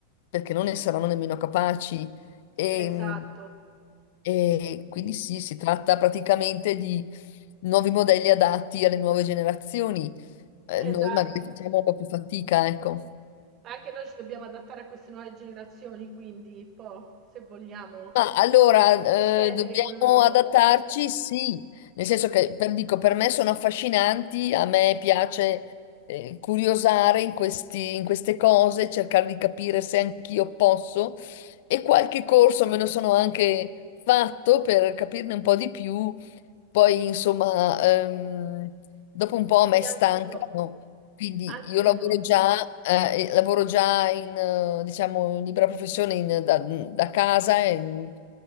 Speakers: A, on the left; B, on the right.
A: perché non ne saranno nemmeno capaci. E,
B: esatto,
A: e quindi sì, si tratta praticamente di nuovi modelli adatti alle nuove generazioni. Eh, noi
B: esatto.
A: magari facciamo un po' più fatica, ecco.
B: Anche noi ci dobbiamo adattare a queste nuove generazioni, quindi un po', se vogliamo,
A: Ma allora,
B: ripetere
A: eh, dobbiamo
B: con loro.
A: adattarci, sì, nel senso che per, dico, per me sono affascinanti, a me piace eh, curiosare in questi- in queste cose, cercare di capire se anch'io posso e qualche corso me lo sono anche fatto per capirne un po' di più poi, insomma, ehm, dopo un po'
B: Sì,
A: a me stancano,
B: anch'io.
A: quindi
B: Anch'io.
A: io lavoro già, eh, e lavoro già in, eh, diciamo, in libera professione in- da, da casa, in-